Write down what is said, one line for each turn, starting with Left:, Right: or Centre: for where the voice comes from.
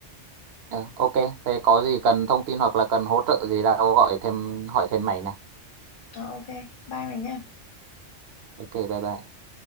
Right: Ờ, ok, thế có gì cần thông tin hoặc là cần hỗ trợ gì tao gọi thêm hỏi thêm mày nha.
Left: Ờ, ok bye mày nha
Right: Ok, bye bye.